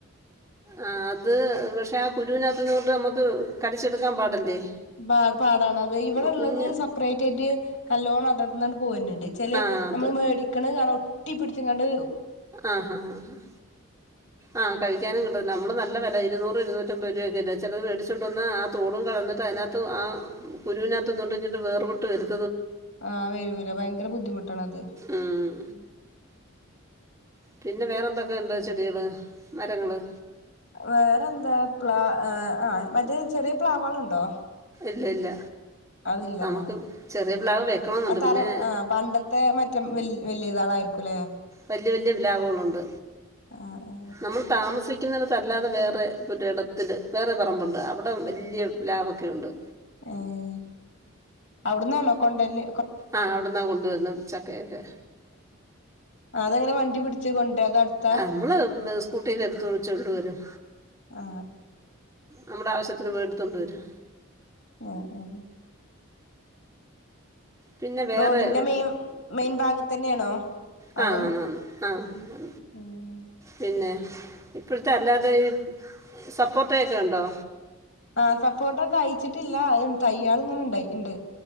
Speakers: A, on the right; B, on the left.
A: ആഹ് അത് പക്ഷേ ആ കുരുവിനകത്തു നിന്നങ്ങോട്ട് നമുക്ക് കടിച്ചെടുക്കാൻ പാടല്ലേ
B: <unintelligible> പാടാണ് അത ഇവിടെള്ളത്
A: ആ കുഞ്ഞ്
B: സെപ്പറേറ്റ് ആയിട്ട് കല്ലോണം <unintelligible> പോവന്നെ ചെലെ
A: ആ അത്
B: നമ്മള് മേടിക്കണ കാണാം ഒട്ടിപി ച്ച് ങ്ങണ്ട്
A: ആഹ് ഹാ ആഹ് ആഹ് കഴിക്കാനും കിട്ടൂല അമ്മള് നല്ല വെല ഇരുന്നൂറ് ഇരുന്നൂ <unintelligible> ചെലര് വെടിച്ചൊണ്ടന്നാ ആഹ് തോടും കളഞ്ഞിട്ട് അയ്നത്ത് ആഹ് കുരുവിനകത്ത്ന്നിട്ടിഞ്ഞിട്ട് വേർവിട്ട് വരും
B: ആഹ് വരൂല ഭയങ്കെര ബുദ്ധിമുട്ടാണ് അത്
A: ഉം. പിന്നെ വേറെ എന്തൊക്കെണ്ട് ചെടികള്, മരങ്ങള്
B: വേറെ എന്താ പ്ല ആഹ് മറ്റേ ചെറ്യേ പ്ലാവേള് ഇണ്ടോ?
A: ഇല്ല ഇല്ല
B: അതില്ല
A: നമുക്ക്
B: ആഹ്
A: ചെറിയ പ്ലാവ് വെക്കണമെന്നുണ്ട്
B: തറ
A: പിന്നെ
B: ആഹ് പണ്ടത്തെ മറ്റെ വ വലിയതആള ആയിരിക്കുംല്ലേ
A: വലിയ വല്യ ബലാഗുകളുണ്ട്
B: ആ ആ
A: നമ്മൾ താമസി ക്കുന്നിടത്തല്ലാതെ വേറെ പുരെടത്തില് വേറെ പറമ്പോണ്ട് അവിടെ വല്യ പ്ലാവോ ക്കെ ണ്ട്
B: ഉം അവിട്നന്നോ കൊണ്ടല്ല്
A: ആഹ് അവിടന്നാ കൊണ്ടുവരുന്ന ചക്കയക്കെ
B: അതെങ്ങനെ വണ്ടി പിടിച്ച് കൊണ്ടര അത് അടുത്താ
A: നമ്മള് സ്കൂട്ടിൽ എടുത്തച്ചോണ്ടരും
B: ആ
A: നമ്മുടെ ആവ ത്തിന് പേടുത്തൊണ്ട് വരും
B: ആ ആ
A: പിന്നെ വേറെ
B: റോഡിന്റെ മെയിൻ മെയിൻ ഭാഗ തന്നെയാണോ
A: ആ
B: അതൊ
A: ആന്ന് ആന്ന് ആ
B: ഉം
A: പിന്നെ ഇപ്പോഴത്തെ അല്ലാതെ ഈ സപ്പോർട്ട ഒക്കെ ഉണ്ടോ
B: ആ സപ്പോർട്ടക്കയ്ച്ചിട്ടില്ല അ തയ്യാൾ ഇങ്ങനെണ്ടായി ഇണ്ട്